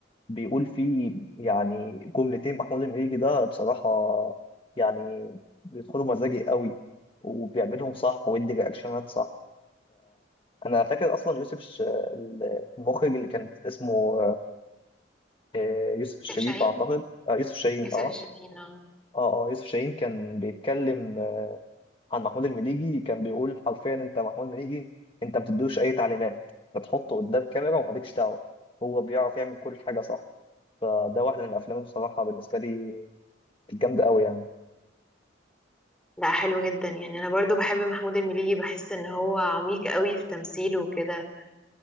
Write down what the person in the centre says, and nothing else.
يوسف شاهين
يوسف
الشاهين اه
لا حلو جدا يعني انا برضو بحب محمود المليجي بحس ان هو عميق قوي في تمثيله وكده